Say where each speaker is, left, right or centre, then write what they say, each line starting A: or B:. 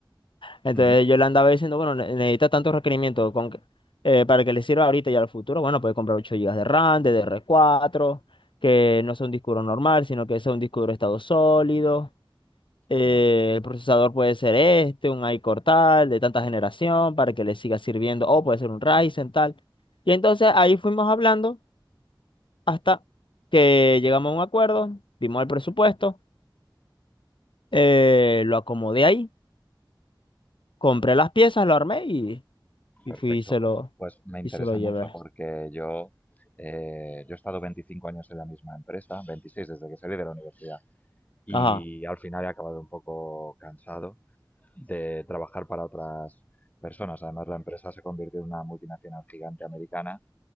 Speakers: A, on the left (about 85°); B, on the left (about 20°).
A: Entonces
B: Ujú,
A: yo le andaba diciendo, bueno, ne- necesita tantos requerimientos con que- eh, para que le sirva ahorita y al futuro. Bueno, puede comprar 8 gigas de RAM, D D R cuatro, que no sea un disco duro normal, sino que sea un disco duro de estado sólido eh,
B: Muy bien.
A: el procesador puede ser este, un iCore tal, de tanta generación, para que le siga sirviendo, o puede ser un Ryzen tal. Y entonces ahí fuimos hablando hasta que llegamos a un acuerdo, vimos el presupuesto, eh, lo acomodé ahí, compré las piezas, lo armé y, y
B: Perfecto.
A: fui y se lo,
B: Pues me interesa
A: y se lo llevé.
B: mucho porque yo, eh, yo he estado 25 años en la misma empresa, 26 desde que salí de la universidad, y
A: Ajá.
B: al final he acabado un poco cansado de trabajar para otras personas. Además, la empresa se convirtió en una multinacional gigante americana